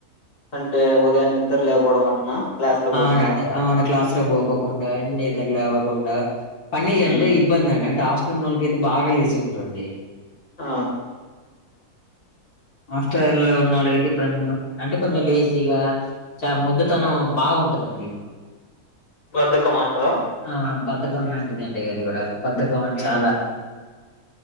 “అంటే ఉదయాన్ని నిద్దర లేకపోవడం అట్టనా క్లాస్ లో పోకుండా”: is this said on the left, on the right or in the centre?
Left